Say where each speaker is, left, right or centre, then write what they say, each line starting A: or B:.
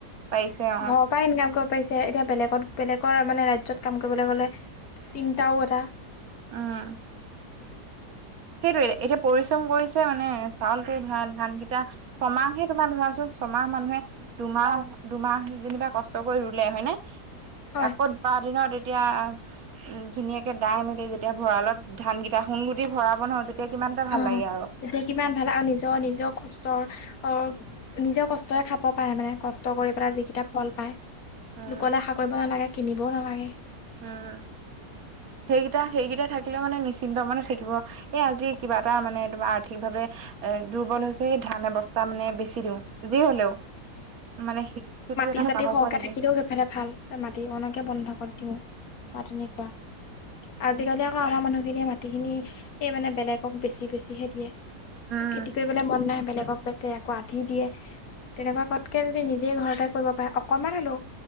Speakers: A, on the right; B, on the left.
A: পাৰিছে অ
B: ঘৰৰ পৰাই ইনকাম কৰিব পাৰিছে, এতিয়া বেলেগত বেলেগৰ মানে ৰাজ্যত কাম কৰিবলে গ'লে চিন্তাও এটা
A: অহ। সেইটোৱে এতিয়া পৰিচ কৰিছে মানে চাউলটো ধৰা ধানকেইটা ছমাহে তোমাৰ ধৰাচোন ছমাহ মানুহে দুমাহ দুমাহ যেনিবা কষ্ট কৰি ৰুলে হয়নে
B: হয়
A: একত বাৰ দিনত এতিয়া উম ধুনীয়াকে দাই মেলি যেতিয়া ভঁৰালত ধানকেইটা সোণ গুটি ভৰাব নহয় তেতিয়া কিমান এটা ভাল
B: অ
A: লাগে আৰু
B: তেতিয়া কিমান ভাল আৰু নিজৰ নিজৰ কষ্টৰ অ নিজেও কষ্টৰে খাব পাৰে মানে কষ্ট কৰি পেলাই যিকেইটা ফল পায়।
A: উম
B: লোকলে আশা কৰিব নালাগে কিনিবও নালাগে।
A: উম। সেইকেইটা সেইকেইটা থাকিলেও মানে নিশ্চিন্ত মানে থাকিব এই আজি কিবা এটা মানে তোমাৰ আৰ্থিক ভাৱে এ দুৰ্বল হৈছে ধান এক বস্তা মানে বেছি দিওঁ যি হলেও, মানে সেইটো এটা
B: খেতি চাতি
A: সাহস
B: সৰহকে
A: হৈ থাকে
B: থাকিলেও সেইফালে ভাল মাটি অকণকে বন্ধকত দিওঁ মাত এনেকুৱা আজিকালি
A: সেইটো
B: আকৌ আমাৰ মানুহখিনিয়ে মাটিখিনি এই মানে বেলেগক বেছি বেছিহে দিয়ে,
A: উম
B: খেতি কৰিবলৈ মন নাই বেলেগক বেচে আকৌ আধি দিয়ে তেনেকুৱা কৰাতকে যদি নিজেই ঘৰতে কৰিব পাৰে অকমান হলেও